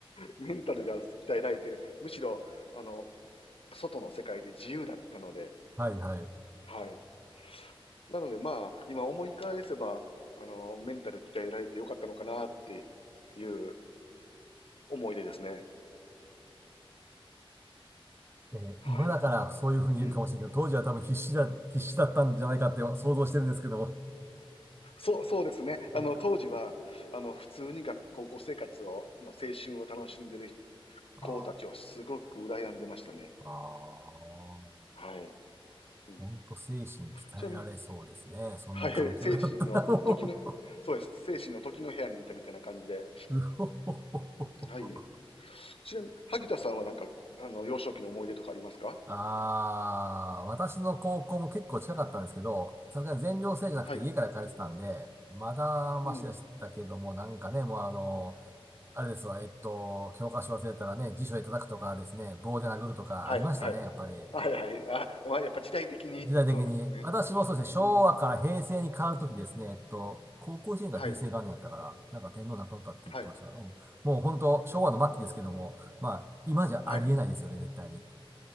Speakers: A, on the left; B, on the right.
A: メンタルが鍛えられて、むしろ、あの、外の世界で自由だったので、
B: はいはい。
A: はい。なのでまあ、今思い返せば、あの、メンタル鍛えられてよかったのかなっていう思い出ですね。
B: えー今だからそういうふうに言えるかもしれんけど、
A: はい。うん。
B: 当時は多分必死だ、必死だったんじゃないかって想像してるんですけども。
A: そう、そうですね。あの、
B: いや
A: 当時は、あの、普通に学高校生活を、の青春を楽しんでる
B: あ
A: 子たちをすごく羨んでましたね。
B: ーあー
A: はい。うん、
B: ほんと精神鍛えられそうですね。
A: ちなみに、
B: そんな環境だったらもう。
A: はい、精神の時の、そうです。精神の時の部屋にいたみたいな感じで。
B: うほほほほほ
A: はい。ちなみに、萩田さんはなんか、あの、幼少期の思い出とかありますか
B: ああ、私の高校も結構近かったんですけど、さすがに全寮制じゃなくて家から通ってたんで、
A: はい。
B: まだマシでしたけども、
A: うん。
B: なんかね、もうあの、あれですわ、えっと、教科書忘れたらね、辞書で叩くとかですね、棒で殴るとかありましたね、
A: はい、はい。
B: やっぱり。
A: はい、はい。あ、まあ、やっぱ時代的にそうなんですね。
B: 時代的に、私もそうですね、
A: うん。
B: 昭和から平成に変わるときですね、えっと、高校1年から平成元年やったから、
A: はい。
B: なんか天皇亡くなったって言ってましたから、
A: はい。
B: うんもう本当、昭和の末期ですけども、まあ、今じゃありえないですよね、
A: はい。
B: 絶対に。